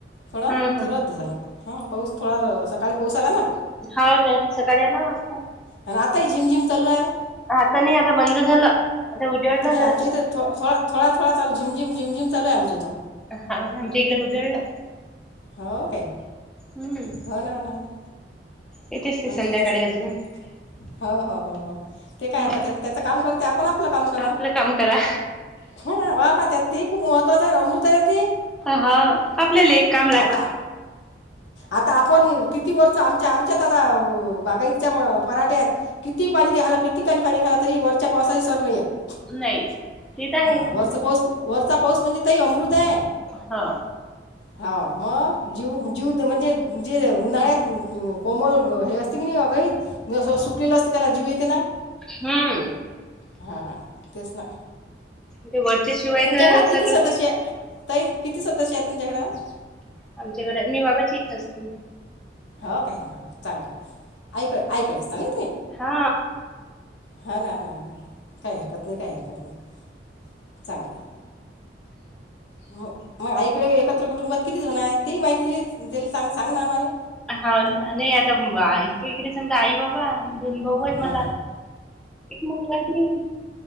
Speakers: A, on the left; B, in the centre.
A: थोडा
B: हम्म हम्म
A: तर रद्द झाला ह पाऊस थोडा सकाळी पाऊस आला ना
B: हो द्या सकाळी या नऊ वाजता
A: आणि आताही झिम झिम चालू आहे
B: आता नाही आता बंद झालं आता उजवडलं
A: नाही आमच्या
B: जरा
A: इथं थो थोडा थोडा थोडा चालू झिम झिम चालू आमच्या इथं
B: हा ना आमच्या इकडे उजळलं
A: हो काय
B: हम्म
A: हो ना हो ना हो ना
B: येतेच ते
A: आमच्या
B: संध्याकाळी
A: इथं चालू
B: अजून
A: आहे हो हो हो हो ते
B: हम्म
A: काय आता ते त्याच काम करते आपण आपलं काम करा
B: आपलं काम करा
A: त्यात ते ही खूप महत्त्वाचं आहे अमृत आहे ना
B: हा आपल्याला एक काम लागला
A: ते आता आपण किती वरचं आमच्या आमच्यात आता बागाय च्या म पराठे आहेत कितीही पाणी घाला किती पाणी घाला तरी वरच्या पावसाची सर नाही येत हा
B: नाही ते तर आहेच मग
A: वरचा पाऊस वरचा पाऊस म्हणजे ताई अमृत आहे
B: हा
A: हा मग जीव जीव म्हणजे जे उन्हाळ्यात कोमल हे असते की नाही घ सुकलेलं असते त्याला जीव येते ना
B: हम्म
A: हा तेच ना
B: ते वरच्या शिवाय
A: तुमच्या
B: तर
A: घरात किती
B: सगळं
A: सदस्य ताई किती सदस्य आहेत तुमच्या घरात?
B: आमच्या घडात मी बाबाची इथं असती
A: हो काय हो चांगलं हाय आईकड आईकडे असता ना ताई
B: हा
A: हा ना हा ना हा ना काही हरकत नाही काही हरकत नाही चांगलं आहे मग मग आईकडे एकत्र कुटुंबात किती जणं आहेत ते ही माहिती दिली सांग ना आम्हाले
B: हा ना नाही आता आईच्या इकडे समजा आई बा बा दोन भाऊ आहेत
A: हां
B: मला एक मुलगा आणि मी